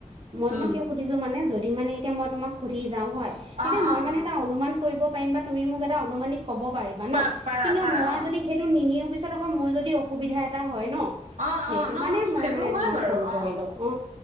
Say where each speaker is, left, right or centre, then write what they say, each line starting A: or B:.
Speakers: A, on the right (about 45°); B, on the right (about 80°).
A: মই তোমক
B: উম
A: কিয় সুধিছো মানে। যদি মানে এতিয়া মই তোক সুধি যাওঁ হয় তেতিয়া
B: অ
A: মই
B: অ
A: মানে
B: অ
A: এটা অনুমান কৰিব যাওঁ পাৰিম বা তুমি মোক অনুমানিক ক'ব পাৰিবা ন
B: পাৰা পাৰা
A: কিন্তু
B: পাৰা
A: মই
B: অ
A: যদি সেইটো নি নিও পিছত আকৌ। মোৰ যদি অসুবিধা এটা হয় ন।
B: অঁ
A: সেইটো
B: অঁ ন
A: কাৰণে মই
B: সেইটো
A: মানে
B: হয়
A: তোমাক
B: বাৰু
A: ফোন কৰিলো
B: অঁ
A: অ